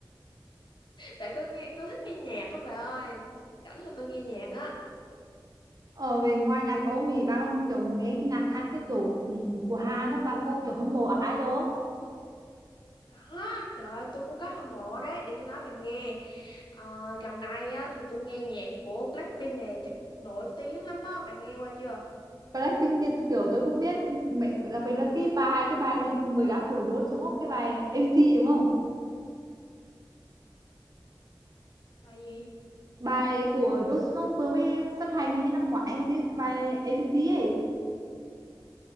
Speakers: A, on the left; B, on the right.
A: tại tôi nghe tôi thích nghe nhạc á bà ơi rảnh là tôi nghe nhạc á
B: ở về ngoài nhạc Âu Mỹ bà còn kiểu nghe cái nhạc khác cái kiểu ừm, của Hàn đó bà có kiểu hâm mộ ai đó
A: có trời ơi, tôi cũng có hâm mộ đấy để tôi nói bà nghe Ờ, gần đây á thì tôi nghe nhạc của Blackpink này chắc nổi tiếng lắm á bạn nghe qua chưa
B: Blackpink kia kiểu tôi cũng biết mẹ đặc biệt là cái bài cái bài gì mới đã của Rose đúng không cái bài MC đúng không
A: bài gì
B: bài của Rose nó vừa mới phát hành hình như năm ngoái ấy chứ cái bài ABC ấy